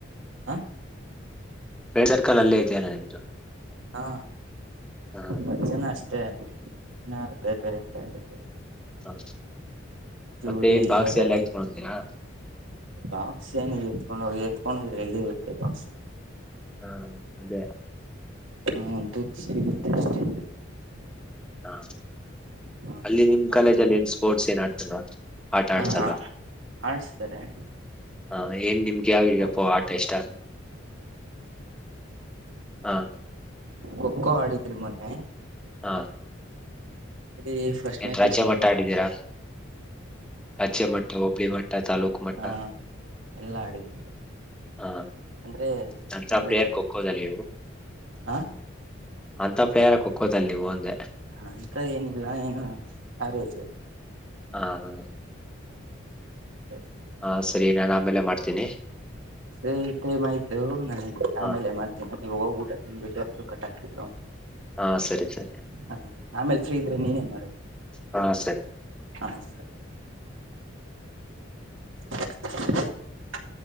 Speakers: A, on the right; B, in the centre.
A: ಆ
B: ಫ್ರೆಂಡ್ ಸರ್ಕಲ್ ಅಲ್ಲೇ ಇದೆಯಲ್ಲಾ ನಿಮ್ದು
A: ಹಾ
B: ಹಾ
A: ಹತ್ಜನ ಅಷ್ಟೆ ಹಾ ಬೇರ್ ಬೇರ್ ಬ
B: ಹಾ ಮತ್ತೆ
A: ಉದಯ್
B: ಏನ್ ಭಾಗಸ
A: ಅವರೆಲ್ಲ
B: ಎಲ್ಲ ಎತ್ಕಂಡೊಗ್ತೀರಾ
A: ಬಾಕ್ಸ್ ಏನ ಎತ್ಕೊಂಡು ಹೋಗಿ ಎತ್ಕೊಂಡುೋದ್ರ ಎಲ್ಲಿ ಇರುತ್ತೆ ಬಾಕ್ಸ್
B: ಹಾ ಅದೇ
A: ಹಾ ದು ಸಿಗುತ್ತೆ ಅಷ್ಟೇ
B: ಹಾ
A: ಹ
B: ಅಲ್ಲಿ ನಿಮ್ಮ ಕಾಲೇಜಲ್ಲಿ ಏನ್ ಸ್ಪೋರ್ಟ್ಸ್ ಏನ್ <unintelligible> ಆಡ್ಸಲ್ವಾ
A: ಹಾ ಆಡ್ಸ್ತಾರೆ
B: ಹಾ ಏನ್ ನಿಮ್ಗೆ ಆಾವಪ್ಪ
A: ಮ
B: ಆಟ ಇಷ್ಟ ಹಾ
A: ಖೋ ಖೋ ಆಡಿದ್ರಿ ಮೊನ್ನೆ
B: ಹಾ
A: ಆಡಿ ಫಸ್ಟ್
B: ಏನ್
A: ಮ್ಯಾಚ್
B: ರಾಜ್ಯ
A: ಸೋತ್ಕೊಂಡ್
B: ಮಟ್ಟ ಆಡಿದ್ದೀರಾ ರಾಜ್ಯ ಮಟ್ಟ ಹೋಬಳಿ ಮಟ್ಟ ತಾಲೂಕು ಮಟ್ಟ
A: ಹ ಎಲ್ಲಾ ಆಡಿದ್ರಿ
B: ಹ
A: ಅಂದ್ರೆ
B: ನನ್
A: ಇಲ್ಲಿ
B: ಪ್ಲೇಯರ್ ಖೋಖೋದಲ್ಲಿ
A: ಹ
B: ಅಂತ ಪ್ಲೇಯರ ಖೊಖೋದಲ್ಲಿ ನೀವು ಅಂದೆ
A: ಅಂತ ಏನಿಲ್ಲ ಏನು ಅವರೇಜು
B: ಹಾ ಹಾ
A: ಸರಿ
B: ಹಾ ಸರಿ ನಾನ್ ಆಮೇಲೆ ಮಾಡ್ತೀನಿ
A: ಸ್ ಟೇಮ್ ಆಯ್ತು ನನಗೆ
B: ಹ
A: ಆಮೇಲೆ ಮಾಡ್ತೀನಿ ಈವೋಗೊಗಿ ಊಟ ತಿನ್ಬಿಟ್ಟು ಕಟ್ಟಾಗ್ತಿತೊ
B: ಹಾ ಸರಿ ಸರಿ
A: ಹ ಆಮೇಲೆ ಫ್ರೀ ಇದ್ರೆ ನೀನೇ ಮಾಡೋದು
B: ಹಾ ಸರಿ
A: ಹ <unintelligible>